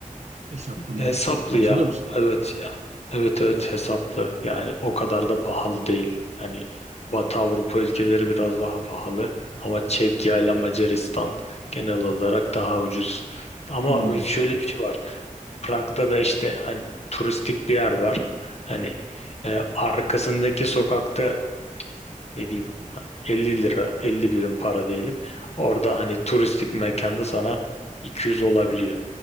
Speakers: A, on the right; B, on the left.
A: Hesaplı mı?
B: Hesaplı
A: Hatırlıyor
B: ya.
A: musun?
B: Evet ya. Evet evet hesaplı. Yani o kadar da pahalı değil. Yani Batı Avrupa ülkeleri biraz daha pahalı ama Çekya ile Macaristan genel olarak daha ucuz. Ama
A: Hmm.
B: şöyle bir şey var. Prag'da da işte hani turistik bir yer var. Hani e, arkasındaki sokakta ne diyeyim 50 lira 50 birim para diyelim. Orada hani turistik mekanda sana 200 olabiliyor.